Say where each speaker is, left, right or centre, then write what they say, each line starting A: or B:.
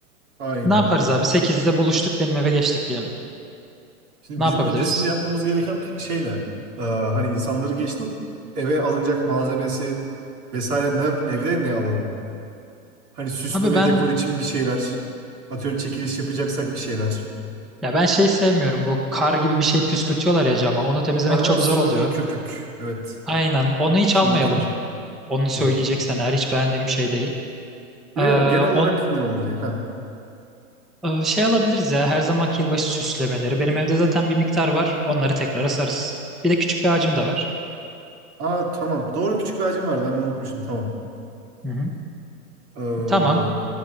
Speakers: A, on the right (about 85°); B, in the centre.
A: aynen.
B: Ne yaparız abi? sekizde buluştuk benim eve geçtik diyelim.
A: Şimdi
B: Ne
A: bizim
B: yapabiliriz?
A: öncesinde yapmamız gereken şey ne? Ee, hani insanları geçtim. Eve alınacak malzemesi vesaire ne yap? Evde ne alalım? Hani süsleme,
B: Abi ben
A: dekor için bir şeyler. Atıyorum çekiliş yapacaksak bir şeyler.
B: ya ben şey sevmiyorum bu kar gibi bir şey püskürtüyorlar ya cama. Onu temizlemek
A: Ha ha
B: çok
A: suni
B: zor oluyor.
A: köpük. Evet.
B: Aynen. Onu hiç
A: Suni
B: almayalım.
A: kar.
B: Onu söyleyeceksen
A: Hı hı.
B: eğer hiç beğendiğim bir şey değil.
A: Yo
B: Ee,
A: yo genel olarak
B: on
A: ne olur diye. Ha.
B: e, şey alabiliriz ya her zamanki yılbaşı süslemeleri. Benim evde zaten bir miktar var. Onları tekrar asarız. Bir de küçük bir ağacım da var.
A: Aa tamam. Doğru küçük bir hacim vardı. Ben onu unutmuştum. Tamam.
B: Hı hı.
A: Ee,
B: Tamam.